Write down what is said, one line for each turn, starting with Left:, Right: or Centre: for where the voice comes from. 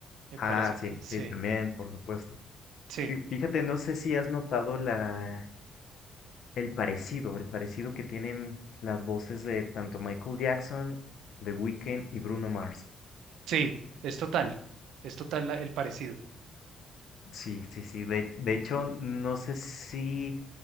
Right: Me
Left: Ah,
Right: parece
Left: sí,
Right: que sí,
Left: sí, también, por supuesto.
Right: sí,
Left: Fí- Fíjate, no sé si has notado la, el parecido, el parecido que tienen las voces de tanto Michael Jackson, The Weeknd y Bruno Mars.
Right: sí, es total, es total la- el parecido.
Left: Sí, sí, sí. De, de hecho, no sé si